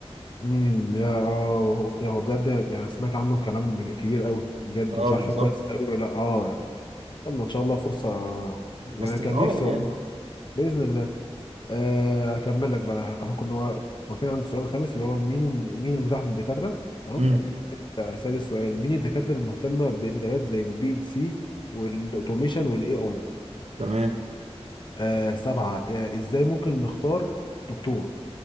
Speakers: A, on the left (about 45°); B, on the right (about 75°).
A: امم يا اه يا هو بجد يعني سمعت عنه كلام بج- كبير قوي بجد
B: اه
A: وشرحه
B: بالظبط
A: كويس قوي لا اه يعني يلا ان شاء الله فرصه يعني
B: بس تتعوض
A: كان نفسي والله
B: يعني
A: باذن الله آه هكمل لك بقى احنا كنا وا- واقفين عند السؤال الخامس اللي هو مين مين المتاح من الدكاتره تمام
B: امم
A: ستة- سادس سؤال مين الدكاتره المهتمه بمجالات زي البي ال سي والاوتوميشن والاي اي
B: تمام
A: آه سبعه آه ازاي ممكن نختار دكتور